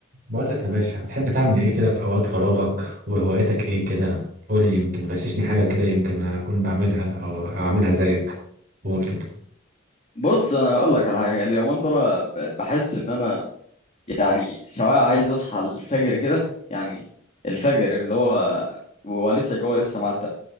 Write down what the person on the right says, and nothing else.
بقول لك يا باشا بتحب تعمل ايه كده في اوقات فراغك وهواياتك ايه كده قول لي يمكن غششني حاجه كده يمكن اكون بعملها او او اعملها زيك قول كده